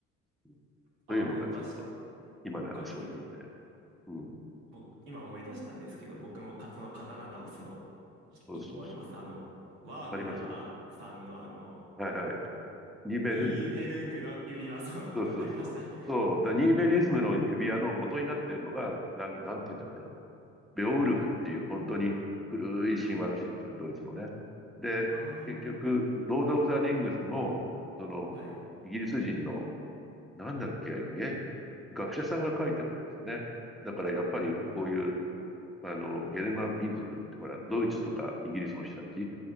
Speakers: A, in the centre; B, on the right.
A: うん
B: あ、
A: というのがちょっと、
B: いや、確
A: 今の話を聞いて。
B: かに、
A: うん。
B: 僕、今思い出したんですけど、僕もか、その刀直すの、い一個あります。
A: そうそうそう。
B: あの、ワーグナーさんのあの、
A: ありますはいはい。リベルングの
B: ニーベルングの指輪、そう、
A: そうそうそう。
B: <laughs> わかりました。
A: そう、だニーベリズムの指輪の元になってるのが、なん、なんて言うんだっけな。ベオウルフっていう本当に古い神話らしいんですよ、
B: はい。
A: ドイツのね。で、
B: あ
A: 結局、ロード・オブ・ザ・リングスも、その、
B: あ、はい。
A: イギリス人の、なんだっけ、げ、学者さんが書いてるんですよね。だからやっぱりこういう、
B: うーん。
A: あの、ゲルマン民族ってほら、ドイツとかイギリスの人たち